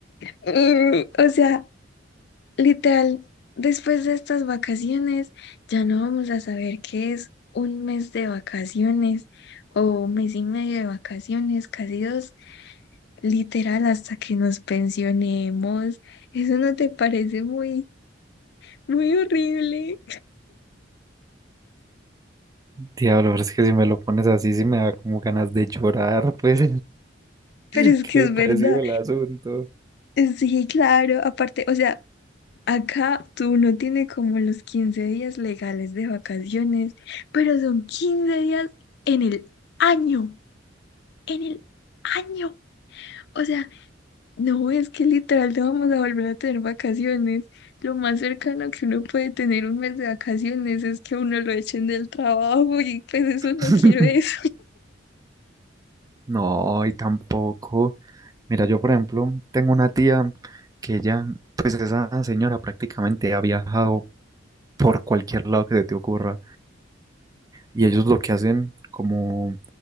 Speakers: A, on the left; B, on the right.
A: mm, o sea, literal, después de estas vacaciones ya no vamos a saber qué es un mes de vacaciones o un mes y medio de vacaciones, casi dos, literal, hasta que nos pensionemos. ¿Eso no te parece muy, muy horrible?
B: Diablo, pero es que si me lo pones así, sí me da como ganas de llorar, pues.
A: Pero
B: <laughs>
A: es
B: Qué
A: que es
B: depresivo
A: verdad.
B: el asunto.
A: Sí, claro, aparte, o sea, acá tú no tiene como los 15 días legales de vacaciones, pero son 15 días en el año, en el año. O sea, no es que literal no vamos a volver a tener vacaciones. Lo más cercano que uno puede tener un mes de vacaciones es que uno lo echen del trabajo y pues eso
B: <laughs>
A: no quiero eso.
B: No, y tampoco. Mira, yo por ejemplo tengo una tía que ella, pues esa señora prácticamente ha viajado por cualquier lado que se te ocurra. Y ellos lo que hacen como